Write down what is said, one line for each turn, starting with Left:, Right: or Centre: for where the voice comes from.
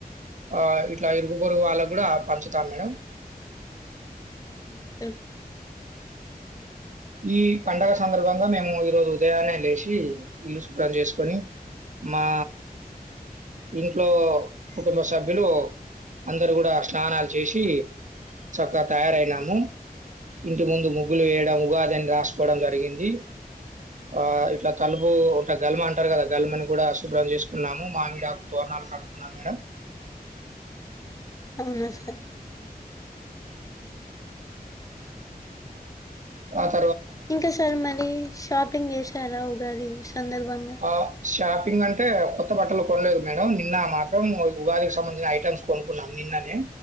Right: ఆ ఇట్లా ఇరుగు పొరుగు వాళ్ళకు కూడ పంచుతాం మేడం
Left: మ్మ్ సరూ
Right: ఈ పండగ సందర్భంగా మేము ఈరోజు ఉదయాన్నే లేచి ఇల్లు శుభ్రం చేసుకొని మా ఇంట్లో కుటుంబ సభ్యులు అందరు కూడ స్నానాలు చేసి చక్కగా తయారైనాము ఇంటి ముందు ముగ్గులు వేయడం ఉగాద్ దాన్ని రాసుకోవడం జరిగింది ఆ ఇట్లా తలుపు ఉంట గల్మ అంటారు కదా గల్మని కూడా శుభ్రం చేసుకున్నాము మామిడి తోరనాలు కట్టుకునాం మేడం
Left: అవున సార్
Right: వాస్
Left: ఇంకా సార్ మరి షాపింగ్ చేసారా ఉగాది సందర్భంగా
Right: ఆ షాక్ పింగ్ అంటే కొత్త బట్టలు కొనలేదు మేడం నిన్న మాత్రం ఉగాదికి సంబంధించిన ఐటమ్స్ కొనుకున్నాం నిన్ననే